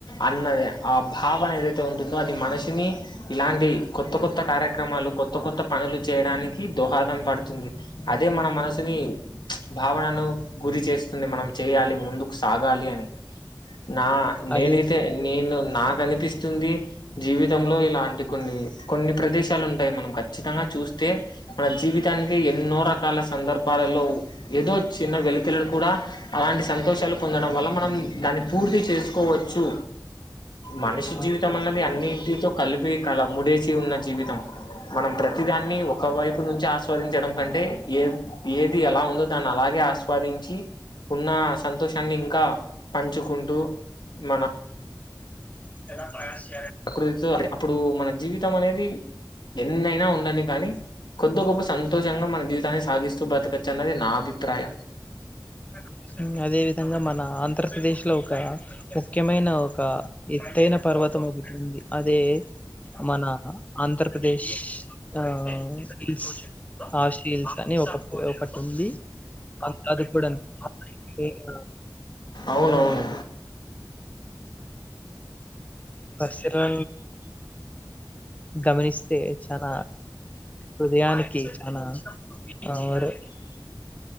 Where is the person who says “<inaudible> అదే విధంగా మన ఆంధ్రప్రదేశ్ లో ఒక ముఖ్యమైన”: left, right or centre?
Left